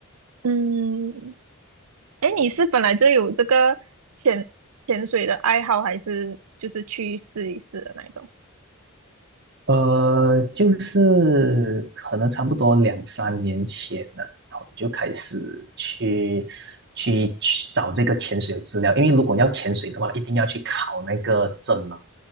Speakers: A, on the right; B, on the right.
A: 嗯。哎，你是本来就有这个潜潜水的爱好，还是就是去试一试的那一种？
B: 呃，就是可能差不多两三年前呢，然后就开始去去去找这个潜水的资料，因为如果要潜水的话，一定要去考那个证嘛，